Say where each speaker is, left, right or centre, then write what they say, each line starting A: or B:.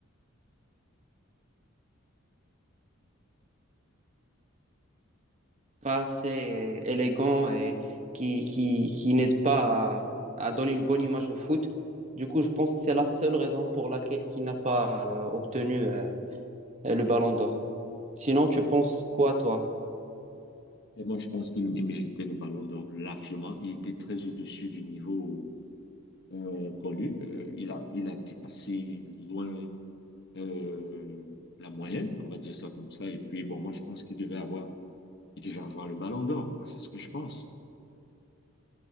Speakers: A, on the right (about 35°); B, on the left (about 55°).
A: Pas assez élégant et qui, qui, qui n'aide pas à, à donner une bonne image au foot. Du coup, je pense que c'est la seule raison pour laquelle il n'a pas euh, obtenu euh, le ballon d'or. Sinon, tu penses quoi, toi?
B: Et moi, je pense qu'il méritait le Ballon d'Or largement. Il était très au-dessus du niveau euh, connu. Euh, il a, il a dépassé loin euh, la moyenne, on va dire ça comme ça. Et puis, bon, moi, je pense qu'il devait avoir Il devait avoir le ballon d'or, moi, c'est ce que je pense.